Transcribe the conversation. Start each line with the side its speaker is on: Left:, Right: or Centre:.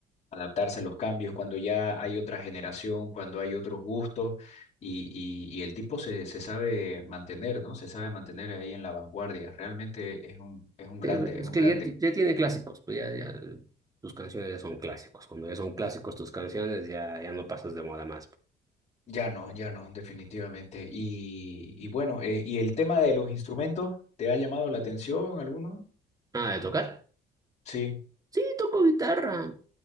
Left: adaptarse a los cambios, cuando ya hay otra generación, cuando hay otros gustos y, y- y el tipo se, se sabe mantener, ¿no? Se sabe mantener ahí en la vanguardia. Realmente es un, es un grande,
Right: Sí,
Left: es
Right: es
Left: un
Right: que
Left: grande.
Right: ya, ya tiene clásicos, pues ya, ya tus canciones ya son clásicos. Cuando ya son clásicos tus canciones, ya, ya no pasas de moda más.
Left: Ya no, ya no, definitivamente. Y, y bueno, eh, ¿y el tema de los instrumentos? ¿Te ha llamado la atención alguno?
Right: Ah, ¿de tocar?
Left: Sí,
Right: Sí, toco guitarra,